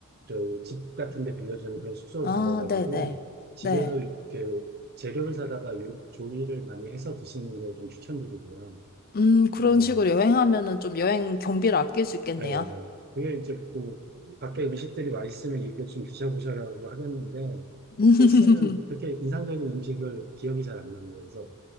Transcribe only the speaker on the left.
아,
네네. 네.
네.
음, 그런
식으로 여행하면은 좀 여행 경비를 아낄 수 있겠네요.
<laughs>